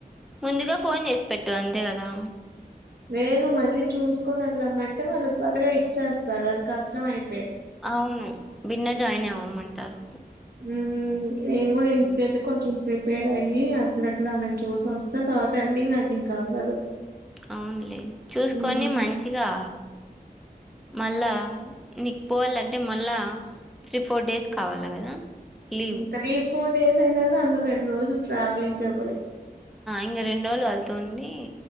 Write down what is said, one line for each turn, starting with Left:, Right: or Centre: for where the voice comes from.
Centre: ముందుగా ఫోన్ చేసి పెట్టు అంతే కదా
Right: లేదు మళ్ళీ చూసుకొని వెళ్ళమంటే వాళ్ళు త్వరగా ఇచ్చేస్తారు అది కష్టం అయి
Centre: అవును బిన్న జాయిన్ అవ్వమంటారు
Right: హ్మ్. నేను కూడా ఇంటికెళ్ళి కొంచెం ప్రిపేర్ అయ్యి అట్ల అట్లా అలాని చూసి వస్త తర్వాత అండింగ్ నాకు ఇంకా అవ్వదు
Centre: అవునులే చూసుకొని
Right: హ్మ్.
Centre: మంచిగా మళ్ళా నీకు పోవాలంటే మళ్ళా త్రీ ఫోర్ డేస్ కావాలి కదా లీవ్
Right: త్రీ ఫోర్ డేస్ అయినా అందులో రెండు రోజులు ట్రావెలింగ్ అయిపోయిది
Centre: ఇంకా రెండు రోజులుు వెళ్తుండి